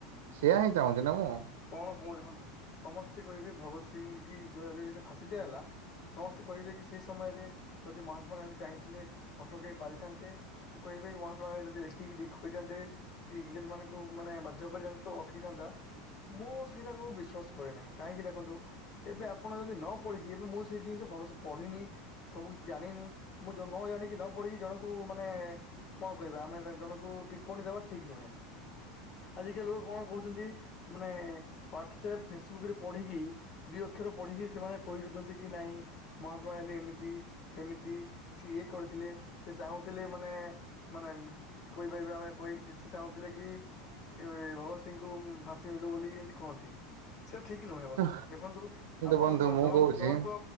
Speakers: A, on the right (about 75°); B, on the left (about 50°).
A: ସେଇଆ ହିଁ ଚାହୁଁଛି ନା ମୁଁ।
B: କଣ କୁଣ ଦେଖନ୍ତୁ ସମସ୍ତେ କହିବି ଭଗତ ସିଂ କି ଯୋ ଯଦି ଫାଶୀ ଦିଆ ହେଲା। ସମସ୍ତେ କହିବେ କି ସେ ସମୟରେ ଯଦି ମହାତ୍ମା ଗାନ୍ଧୀ ଚାହିଁଥିଲେ ଅଟକେଇ ପାରିଥାନ୍ତେ। ସେ କହିବେ ମହାତ୍ମାଗାନ୍ଧୀ ଯଦି ଲେ କିରି କହିଥାନ୍ତେ ଇଂରେଜ ମାନଙ୍କୁ ମାନେ ବାଧ୍ୟ କରିଥାନ୍ତେ ତ ଅଟକିଥାନ୍ତା। ମୁଁ ସେଇଟାକୁ ବିଶ୍ଵାସ କରେ ନାହିଁ କାହିଁକି ଦେଖନ୍ତୁ। ଏବେ ଆପଣ ଯଦି ନ ପଢିକି ଏବେ ମୁଁ ସେଇ ଜିନିଷ ଭଲସେ ପଢିନି ସବୁ କିଛି ଜାଣିନି, ମୁଁ ଜ ନ ଜାଣିକି ନ ପଢିକି ଜଣଙ୍କୁ ମାନେ କଣ କହିବା ଆମେ ଜଣଙ୍କୁ ଟିପ୍ପଣୀ ଦେବା ଠିକ ନୁହେଁ। ଆଜିକାଲି ଲୋକ କଣ କହୁଚନ୍ତି ମାନେ ହ୍ଵାଟସେପ୍ ଫେସବୁକ ରେ ପଢିକି ଦି ଅକ୍ଷର ପଢିକି ସେମାନେ କହି ଦଉଛନ୍ତି କି ନାଇଁ ମହାତ୍ମା ଗାନ୍ଧୀ ଏମିତି, ସେମିତି ସିଏ କରିଥିଲେ, ସେ ଚାହୁଁଥିଲେ ମାନେ ମାନେ କହିପାରିବା ଆମେ <unintelligible> ସେ ଚାହୁଁଥିଲେ କି ଏ ଭଗତ ସିଂଙ୍କୁ ଫାଶୀ <unintelligible> ବୋଲି ଏମିତି କୁହନ୍ତି। ସେ ଠିକ ନୁହେଁ ବନ୍ଧୁ,
A: ହୁଁ।
B: ଦେଖନ୍ତୁ ଆପଣ
A: ବନ୍ଧୁ
B: <unintelligible>
A: ମୁଁ କହୁଛି
B: ଜଣଙ୍କ